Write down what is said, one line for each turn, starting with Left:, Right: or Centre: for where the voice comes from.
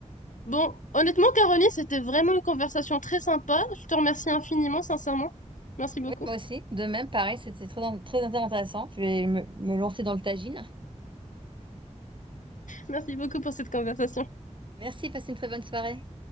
Left: Bon, honnêtement, Caroline, c'était vraiment une conversation très sympa. Je te remercie infiniment, sincèrement. Merci beaucoup.
Right: oui, moi aussi. De même, pareil, c'était très, très intéressant. Je vais me, me lancer dans le tagine.
Left: Merci beaucoup pour cette conversation.
Right: Merci, passe une très bonne soirée.